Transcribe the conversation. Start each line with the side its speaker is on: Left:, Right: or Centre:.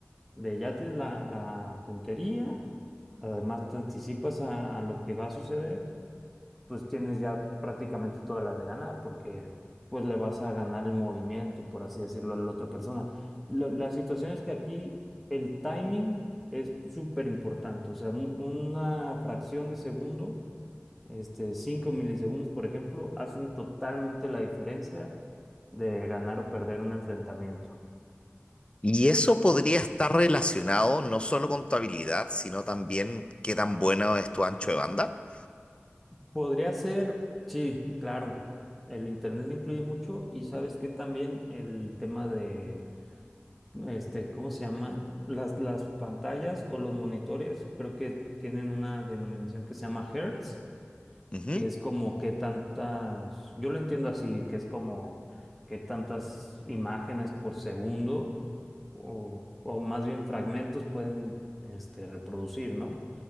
Centre: de ya tienes la, la puntería, además te anticipas a, a lo que va a suceder pues tienes ya prácticamente todas las de ganar, porque pues le vas a ganar el movimiento, por así decirlo, a la otra persona. Lo- la situación es que aquí el timing es súper importante, o sea, un- una fracción de segundo, este, 5 milisegundos, por ejemplo, hacen totalmente la diferencia de ganar o perder un enfrentamiento.
Left: Y eso podría estar relacionado no solo con tu habilidad, sino también qué tan bueno es tu ancho de banda.
Centre: Podría ser, sí, claro, el internet influye mucho y sabes que también el tema de este, ¿cómo se llama? Las, las pantallas o los monitores, creo que tienen una denominación que se llama hertz,
Left: Ujú.
Centre: que es como qué tantas, yo lo entiendo así, que es como qué tantas imágenes por segundo o, o más bien fragmentos pueden este, reproducir, ¿no?